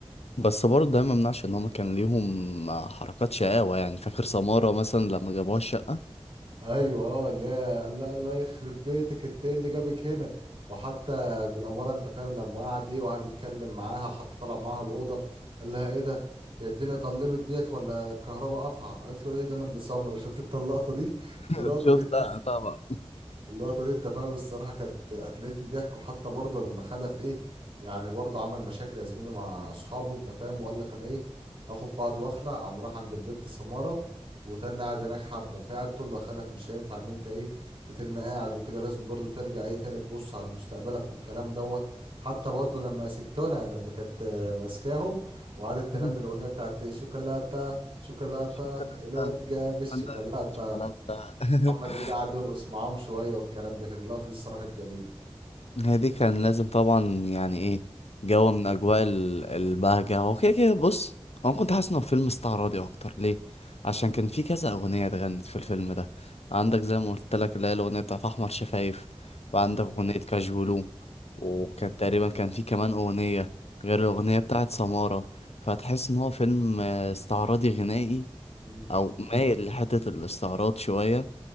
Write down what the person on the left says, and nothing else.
بس برضه ده ما منعش ان هم كان ليهم حركات شقاوة يعني فاكر سمارة مثلا لما جابوها الشقة
<laughs>
شفتها
طبعا
<laughs>
شوكولاتة
أنا شوكولاتة <laughs>
هي دي كان لازم طبعا يعني ايه جو من اجواء ال- البهجة هو كده كده بص هو كنت حاسس انه فيلم استعراضي اكتر ليه عشان كان في كذا اغنية اتغنت في الفيلم ده عندك زي ما قلت لك اللي هي الاغنية بتاعت احمر شفايف وعندك
اغنية كاجولو
وكان تقريبا كان في كمان اغنية غير الاغنية بتاعت سمارة فهتحس ان هو فيلم آه، استعراضي غنائي
او مايل لحتة الاستعراض شوية